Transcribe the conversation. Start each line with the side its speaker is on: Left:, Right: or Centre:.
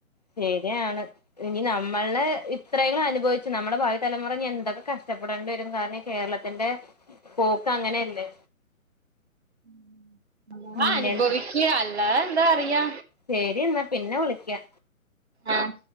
Left: ശെര്യാണ്- ഇനി നമ്മള് ഇത്രയെങ്കിലും അനുഭവിച്ചു. നമ്മുടെ ഭാവി തലമുറ എന്തൊക്കെ കഷ്ടപ്പെടണ്ടി വരും കാരണം ഈ കേരള <unintelligible> ന്റെ പോക്കങ്ങനെയല്ലെ.
Right: <unintelligible>
Left: ഉം
Right: അനുഭവിക്ക അല്ലാതെന്താ പറയ.
Left: ശരിന്ന പിന്നെ വിളിക്ക
Right: ആഹ്